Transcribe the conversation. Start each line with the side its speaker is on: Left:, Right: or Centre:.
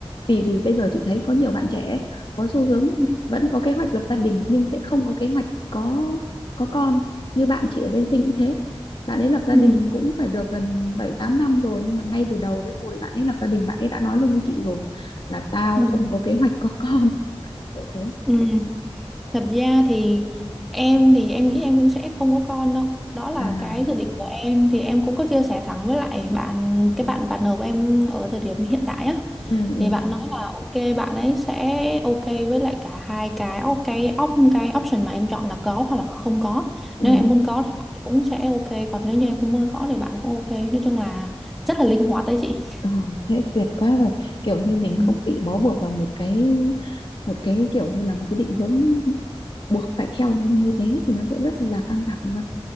Left: vì vì bây giờ chị thấy có nhiều bạn trẻ có xu hướng
Centre: Ừ,
Left: vẫn có kế hoạch lập gia đình nhưng sẽ không có kế hoạch có có con như bạn chị ở bên Sinh cũng thế bạn ấy lập gia
Centre: ừ,
Left: đình cũng phải được gần 7 8 năm rồi nhưng mà ngay từ đầu cái hồi bạn ấy lập gia đình bạn ấy đã nói luôn với chị rồi là tao
Centre: ừ.
Left: không có kế hoạch có con kiểu thế
Centre: ừ. Thật ra thì em thì em nghĩ em cũng sẽ không có con đâu đó là
Left: à
Centre: cái dự định của em thì em cũng có chia sẻ thẳng với lại bạn cái bạn partner của em ở thời điểm hiện tại á
Left: ừ ừ
Centre: thì bạn nói là ok bạn ấy sẽ ok với lại cả hai cái op- cái op cái option mà em chọn là có hoặc là không có
Left: ừ
Centre: nếu em muốn có thì bạn ấy cũng sẽ ok còn nếu như em không muốn có thì bạn cũng ok nói chung là rất là linh hoạt đấy chị
Left: Ừ, thế tuyệt quá rồi kiểu như mình
Centre: Ừ.
Left: không bị bó buộc vào một cái một cái kiểu như là một cái định hướng buộc phải theo nó như thế thì nó sẽ rất là căng thẳng luôn